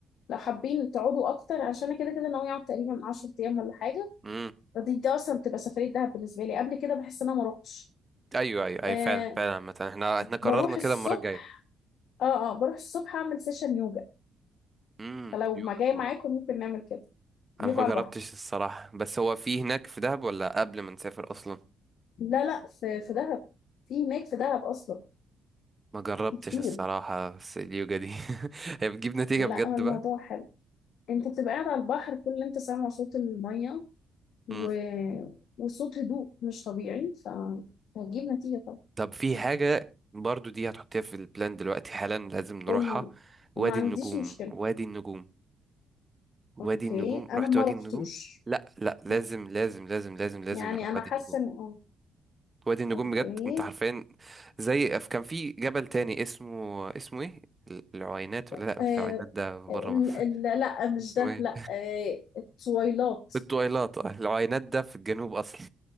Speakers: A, on the left; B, on the right.
A: لو حابين تقعدوا اكتر عشان أنا كده كده ناوي اقعد تقريبا 10 ايام ولا حاجه
B: مم.
A: فدي دي اصلا بتبقى سفريه دهب بالنسبه لي قبل كده بحس ان انا ما روحتش
B: ايوه ايوه ايوه
A: آه
B: فعلا فعلا عامة احنا احنا قررنا
A: بروح
B: كده
A: الصبح
B: المرة الجاية
A: اه اه بروح الصبح اعمل سيشن يوجا
B: امم
A: فلو
B: يوجا
A: ما جاي
B: واو
A: معاكم ممكن نعمل كده يوجا
B: انا ما
A: على
B: جربتش
A: البحر
B: الصراحة بس هو في هناك في دهب ولا قبل ما نسافر اصلا
A: لا لا في في دهب في هناك في دهب اصلا
B: ما جربتش
A: في كتير
B: الصراحة بس اليوجا دي <laughs> هي بتجيب نتيجة
A: لا
B: بجد
A: هو الموضوع
B: بقى
A: حلو انت بتبقى قاعد على البحر كل اللي انت سامعه صوت الميه و...
B: مم.
A: وصوت هدوء مش طبيعي ف... فهتجيب نتيجه طبعا
B: طب في حاجة برضو دي هتحطيها في البلان دلوقتي حالا لازم نروحها
A: قول لي
B: وادي
A: ما عنديش
B: النجوم
A: مشكله
B: وادي النجوم وادي
A: اوكي
B: النجوم
A: انا
B: رحت
A: ما
B: وادي
A: رحتوش
B: النجوم لا لا لازم
A: لا
B: لازم لازم لازم لازم
A: يعني
B: نروح
A: انا
B: وادي
A: حاسه
B: النجوم
A: ان اه
B: وادي النجوم
A: اوكي
B: بجد انت حرفيا زي ف- كان في جبل تاني اسمه اسمه ايه العوينات ولا
A: آه...
B: لا مش العوينات ده بره
A: ال-
B: مصر
A: ال- لا مش
B: <laughs> اسمه
A: ده
B: ايه
A: لا آه... التويلات
B: الطويلات آه، العوينات ده في الجنوب اصلا